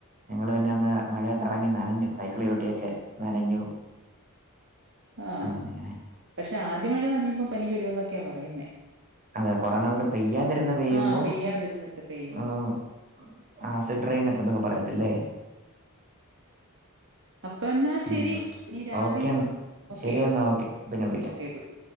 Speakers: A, on the right; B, on the right.
A: ഞങ്ങള് പിന്നെ അന്ന് മഴയത്തെറങ്ങി നനഞ്ഞു സൈക്കിള് ചവിട്ടിയൊക്കെ നനഞ്ഞു
B: <inaudible> ആഹ്
A: ആ, അങ്ങനെ.
B: പക്ഷെ ആദ്യ മഴ നനയുമ്പോ പനി വരോന്നൊക്കെയാ പറയുന്നേ
A: അതെ കൊറേ നാള്ട് പെയ്യാതിരുന്ന് പെയ്യുമ്പോ
B: ആഹ് പെയ്യാതിരുന്നിട്ട് പെയ്യുമ്പോ.
A: ആഹ് ആസിഡ് ട്രയിനൊക്കെ ഇതക്കെ പറയത്തില്ലേ
B: <inaudible> അപ്പൊ എന്നാ ശെരി
A: ഉം
B: ഇനി രാത്രി
A: ഓക്കെ എന്നാ
B: ഓക്കെ
A: ശരി എന്നാ ഓക്കെ പിന്നെ വിളിക്കാം
B: ഓക്കേ ഗുഡ്